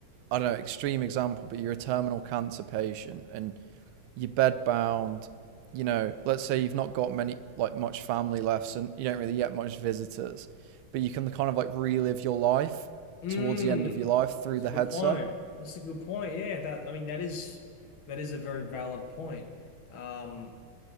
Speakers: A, on the right (about 80°); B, on the left (about 80°).
A: I don't know, extreme example, but you're a terminal cancer patient and you're bedbound. You know, let's say you've not got many, like much family left and you don't really get much visitors, but you can kind of like relive your life
B: Mm,
A: towards the end of your life through
B: that's
A: the
B: a good
A: headset.
B: point. That's a good point. Yeah, that I mean that is that is a very valid point. Um,